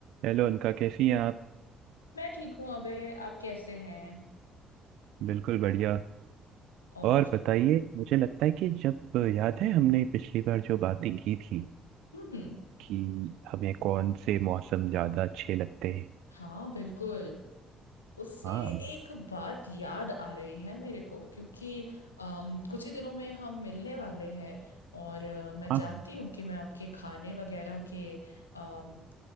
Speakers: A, on the right; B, on the left.
A: Hello अनका कैसी हैं आप
B: मैं ठीक हूँ अबे आप कैसे हैं
A: बिल्कुल बढ़िया
B: और
A: और बताइए मुझे लगता है कि जब याद है हमने पिछली बार जो बातें की थी
B: हम्म
A: कि हमें कौन से मौसम ज़्यादा अच्छे लगते हैं
B: हाँ बिल्कुल उससे
A: हाँ
B: एक बात याद आ रही है मेरे को क्योंकि अम, कुछ ही दिनों में हम मिलने वाले हैं और अ, मैं
A: हाँ
B: चाहती हूँ कि मैं आपके खाने वगैरह के अम,